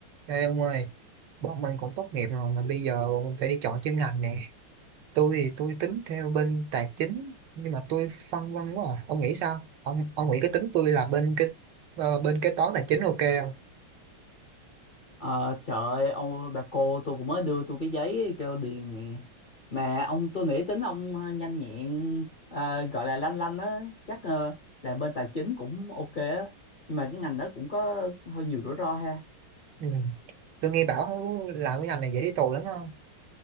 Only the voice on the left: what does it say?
Ờ, trời ơi, ông bà cô tôi cũng mới đưa tôi cái giấy kêu điền nè. Mà ông tôi nghĩ tính ông nhanh nhẹn ờ, gọi là lanh lanh á, chắc ờ, làm bên tài chính cũng ok á. Nhưng mà cái ngành đó cũng có hơi nhiều rủi ro ha.